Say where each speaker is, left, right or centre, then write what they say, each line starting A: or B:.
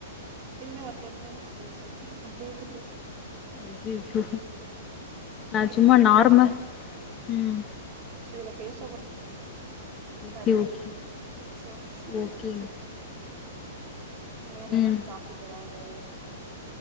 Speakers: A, on the right; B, on the left.
A: இல்ல ஒரு டென் மினிட்ஸ் பேசணு பேசிட்டு
B: அய்யய்யோ நா
A: இருங்க
B: சும்மா
A: அவ்ளோதா
B: நார்ம்லா
A: இப்போ
B: ம்
A: இதுல பேசக்கூடா கூடாது
B: ஓகே
A: எதுவு
B: ஓகே
A: அச்சச்சோ
B: ஓகேங்
A: பேச வேற எதாது
B: ம்
A: டாப்பிக் எதாது